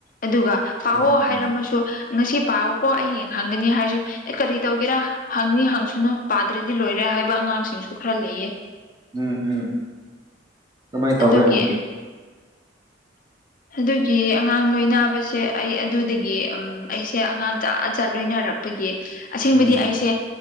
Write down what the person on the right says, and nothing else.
ꯎꯝ
ꯎꯝ
ꯎꯝ ꯎꯝ ꯑꯗꯨꯃꯥꯏꯅ ꯇꯧꯋꯦ
ꯎꯝ